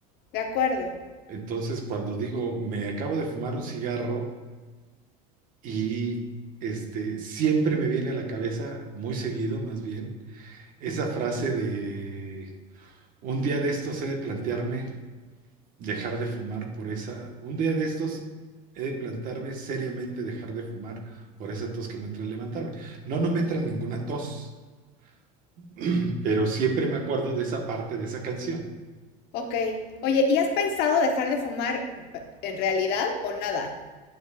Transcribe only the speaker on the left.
De acuerdo.
Ok. Oye, ¿y has pensado dejar de fumar eh, en realidad o nada?